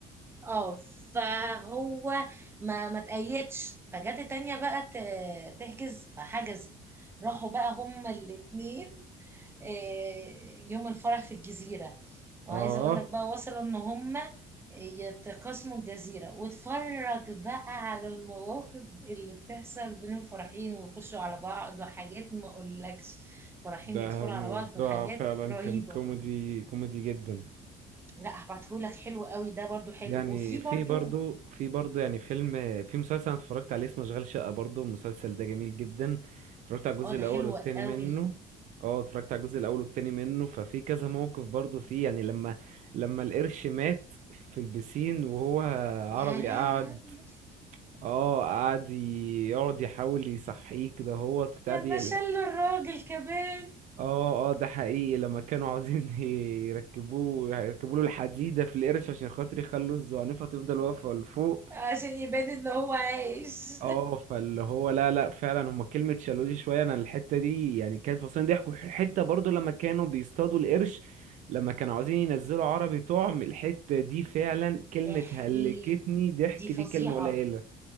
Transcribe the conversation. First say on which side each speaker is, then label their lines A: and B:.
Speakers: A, on the right; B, on the right.
A: اه فهو ما ما تقيدش فجت التانية بقى ت- تحجز فحجزت راحوا بقى هما الاتنين آه، يوم الفرح في الجزيرة وعايزة
B: اه
A: اقول لك بقى وصلوا ان هما يتقاسموا الجزيرة واتفرج بقى على المواقف اللي بتحصل بين الفرحين ويخشوا على بعض وحاجات ما اقولكش فرحين
B: ده
A: يدخلوا
B: موضوع
A: على بعض وحاجات
B: فعلا
A: رهيبة
B: كان كوميدي كوميدي جدا
A: لا هبعتهولك حلو قوي ده برضو حلو
B: يعني
A: وفي
B: في
A: برضو
B: برضو في برضو يعني فيلم في مسلسل انا اتفرجت عليه اسمه اشغال شقة برضو المسلسل ده جميل جدا اتفرجت على الجزء
A: اه
B: الاول
A: ده حلو
B: والتاني
A: قوي
B: منه اه اتفرجت على الجزء الاول والتاني منه ففي كذا موقف برضو فيه يعني لما لما القرش مات في البسين وهو
A: يا
B: عربي
A: لهوي
B: قعد اه قعد ي- يقعد يحاول يصحيه كده هو بتاع
A: لما
B: دي
A: شلوا الراجل كمان
B: اه اه ده حقيقي لما كانوا عاوزين <laughs> يركبوه يركبوا له الحديدة في القرش عشان خاطر يخلوا الزعنفة تفضل واقفة لفوق
A: عشان يبان ان هو عايش
B: اه فاللي هو لا لا فعلا هما كلمة شالوه دي شوية انا الحتة دي يعني كانت فصلين ضحك حتة برضو لما كانوا بيصطادوا القرش لما كانوا عاوزين ينزلوا عربي طعم الحتة دي فعلا كلمة
A: احيد
B: هلكتني ضحك
A: دي
B: دي
A: فظيعة
B: كلمة قليلة